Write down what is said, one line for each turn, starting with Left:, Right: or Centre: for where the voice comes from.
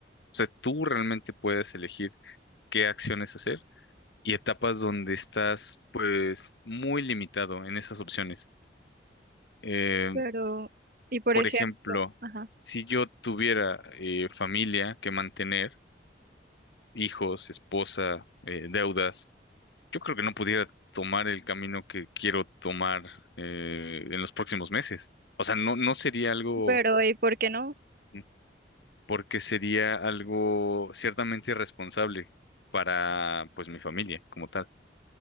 Left: O sea, tú realmente puedes elegir qué acciones hacer y etapas donde estás, pues, muy limitado en esas opciones. Eh,
Right: pero, y por
Left: Por
Right: ejemplo,
Left: ejemplo,
Right: ajá,
Left: si yo tuviera eh, familia que mantener, hijos, esposa, eh, deudas, yo creo que no pudiera tomar el camino que quiero tomar eh, en los próximos meses. O sea, no, no sería algo,
Right: pero, ¿y por qué no?
Left: mm, porque sería algo ciertamente irresponsable para, pues, mi familia como tal.